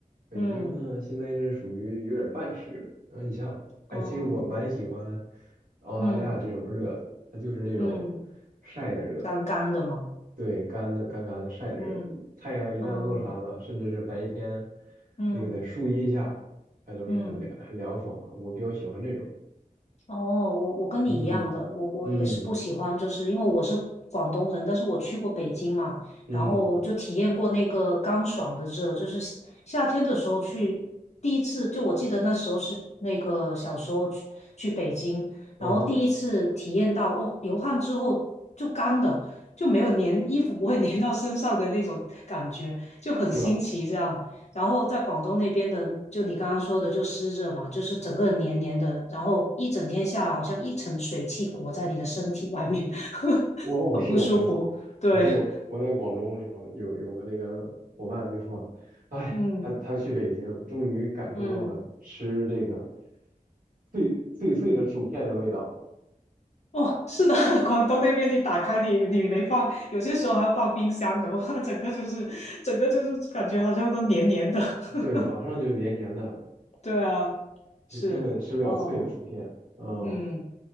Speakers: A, on the right; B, on the left.
A: 北京呢现在是属于有点半湿热。
B: 嗯
A: 然后你像，哎，
B: 哦
A: 其实我蛮喜欢澳大利亚这种热的，
B: 嗯
A: 它就是那种晒的热，
B: 嗯，干干的嘛。
A: 对，干的干干的晒的热，
B: 嗯
A: 太阳一旦落山了，
B: 嗯
A: 甚至是白天
B: 嗯
A: 那个在树荫下，还都是很凉很凉爽的。
B: 嗯。
A: 我比较喜欢这种。
B: 哦，我我跟你一样的，
A: 嗯
B: 我我也是不喜欢，
A: 嗯
B: 就是因为我是广东人，但是我去过北京嘛，
A: 嗯
B: 然后就体验过那个干爽的热，就是夏夏天的时候去，第一次就我记得那时候是那个小时候去去北京，
A: 嗯哼，
B: 然后第一次体验到哇，流汗之后就干的，就没有粘，衣服不会粘到身上的那种感觉，就很新奇这样。
A: 知道。
B: 然后在广东那边的，就你刚刚说的，就湿热嘛，就是整个人黏黏的，然后一整天下来，好像一层水汽裹在你的身体外面，<laughs>
A: 哦，
B: 很不舒服。
A: 是的，我记，
B: 对，
A: 我记得我在广州的时候，有有个那个伙伴就说，哎，
B: 嗯
A: 他他去北京，终于感受到了吃这个
B: 嗯，
A: 脆脆脆的薯片的味道，
B: 哦，是的，<laughs> 广东那边你打开你你没放，有些时候还要放冰箱的，我看整个就是整个就是感觉好像都黏黏的。<laughs>
A: 对，马上就黏黏的，
B: 对啊，
A: 就根本吃不了脆的薯片。
B: 是哦，
A: 嗯，
B: 嗯。